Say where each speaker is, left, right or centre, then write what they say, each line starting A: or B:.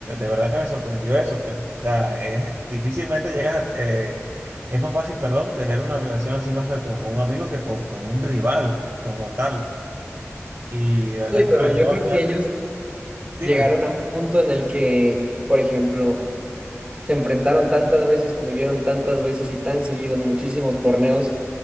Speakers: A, on the right; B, on the right.
A: verdad que me sorprendió eso, pues, o sea, es- difícilmente llegas a, eh, es más fácil, perdón, tener una relación así más que con, con un amigo que con, con un rival como tal, y de verdad
B: Sí,
A: que
B: pero
A: me alegró
B: yo creo
A: bastante,
B: que ellos
A: dime.
B: llegaron a un punto en el que, por ejemplo, se enfrentaron tantas veces, convivieron tantas veces y tan seguido en muchísimos torneos,